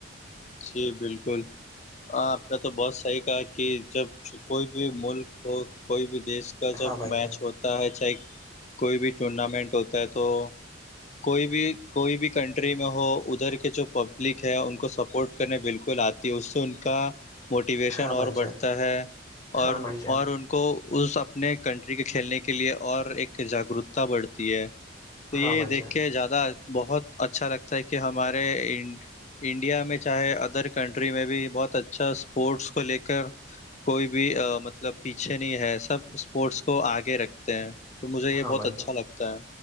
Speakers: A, on the left (about 35°); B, on the left (about 20°).
A: جی بالکل ہاں آپ نے تو بہت صحیح کہا کہ جب کوئی بھی ملک ہو کوئی بھی دیش کا جب
B: ہاں بھائی
A: میچ
B: جان
A: ہوتا ہے چاہے کوئی بھی ٹورنامنٹ ہوتا ہے تو کوئی بھی کوئی بھی کنٹری میں ہو ادھر کے جو پبلک ہے ان کو سب سپورٹ کرنے بالکل آتی ہے اس سے ان کا موٹیویشن
B: ہاں بھائی
A: اور بڑھتا
B: جان
A: ہے اور
B: ہاں بھائی جان
A: اور ان کو اس اپنے کنٹری کے کھیلنے کے لیے اور ایک جاگروکتا بڑھتی ہے تو یہ
B: ہاں بھائی
A: دیکھ
B: جان
A: کے زیادہ بہت اچھا لگتا ہے کہ ہمارے انڈیا میں چاہے ادر کنٹری میں بھی بہت اچھا اسپورٹس کو لے کر کوئی بھی مطلب پیچھے نہیں ہے سب اسپورٹس کو آگے رکھ تو مجھے یہ
B: ہاں
A: بہت
B: بھائی
A: اچھا
B: جان
A: لگتا ہے